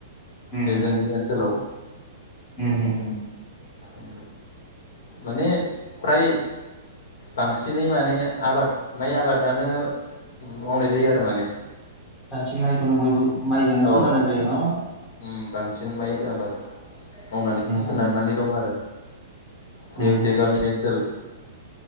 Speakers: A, in the centre; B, on the left.
A: हम
B: बे जोंनि ओनसोलाव
A: हम हम हम
B: उ माने प्राय बांसिनै माने आबाद माइ आबादानो मावनाय जायो आरो माने
A: बांसिन माइखौनो बयबो माइजोंनो
B: औ
A: सोनारनाय जायो न
B: उम बांसिन माइ आबाद मावनानै
A: उम
B: सोनारनानै
A: उम
B: दं आरो सेउटि
A: उम उम।
B: गामि ओनसोल